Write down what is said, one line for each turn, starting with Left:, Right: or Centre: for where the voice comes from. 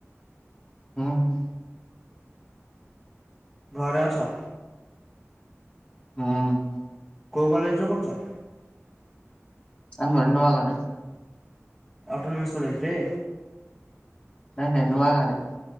Left: ହୁଁ।
Centre: ଘରେ ଅଛ?
Left: ହୁଁ।
Centre: କୋଉ କଲେଜରେ କରୁଛ?
Left: ଆମର ନୂଆଘରେ।
Centre: ଅଟନମସ କଲେଜରେ।
Left: ନାଇଁ ନାଇ ନୁଆ ଗାଁ ରେ।